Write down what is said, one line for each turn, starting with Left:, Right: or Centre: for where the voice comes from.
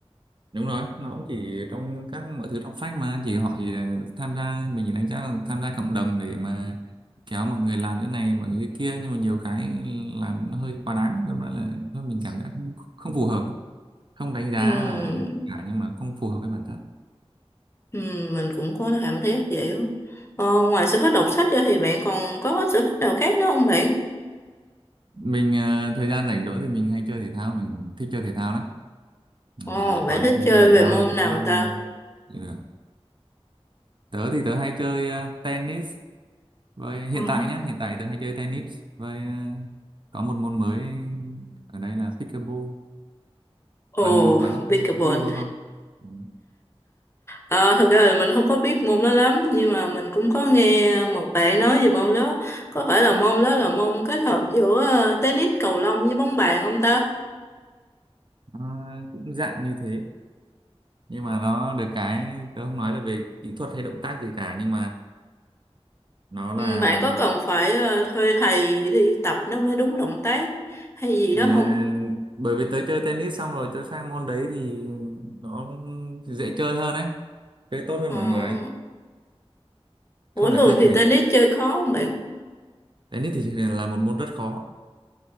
Right: đúng rồi nó cũng chỉ trong các mọi thứ trong sách mà chỉ họ chỉ là tham gia mình chỉ đánh giá là tham gia cộng đồng để mà kéo mọi người làm cái này mọi người cái kia nhưng mà nhiều cái làm nó hơi quá đáng đâm ra là thôi mình cảm giác không, không phù hợp không đánh giá
Left: Ừm.
Right: là cả nhưng mà không phù hợp với bản thân
Left: Ừ, mình cũng có cảm thấy vậy đó. Ờ, ngoài sở thích đọc sách ra thì bạn còn có sở thích nào khác nữa không bạn?
Right: mình ờ, thời gian rảnh rỗi thì mình hay chơi thể thao mình thích chơi thể thao lắm Ngày
Left: Ồ,
Right: một
Left: bạn
Right: tuần
Left: thích
Right: không
Left: chơi
Right: chơi thể
Left: về
Right: thao
Left: môn
Right: là cũng
Left: nào
Right: không
Left: ta?
Right: chịu được tớ thì tớ hay chơi ờ, tennis với hiện
Left: Ồ,
Right: tại nhá hiện tại tớ hay chơi tennis với ờ, có một môn mới ở đây là pickleball
Left: Ồ,
Right: bạn bạn có
Left: pickleball.
Right: chơi pickleball không Ừ.
Left: Ờ, thực ra là mình không có biết môn đó lắm, nhưng mà mình cũng có nghe một bạn nói về môn đó. Có phải là môn đó là môn kết hợp giữa ờ, tennis, cầu lông với bóng bàn không ta?
Right: Nó cũng dạng như thế nhưng mà nó được cái tớ không nói là về kỹ thuật hay động tác gì cả nhưng mà nó là
Left: Ừ, bạn có cần phải ờ, thuê thầy thì tập nó mới đúng động tác hay gì
Right: À,
Left: đó không?
Right: bởi vì tớ chơi tennis xong rồi tớ sang môn đấy thì nó dễ chơi hơn ấy chơi tốt hơn
Left: Ờ,
Right: mọi người ấy.
Left: ủa
Right: không
Left: thường
Right: phải thuê
Left: thì
Right: thầy
Left: tennis chơi khó không bạn?
Right: tennis thì là một môn rất khó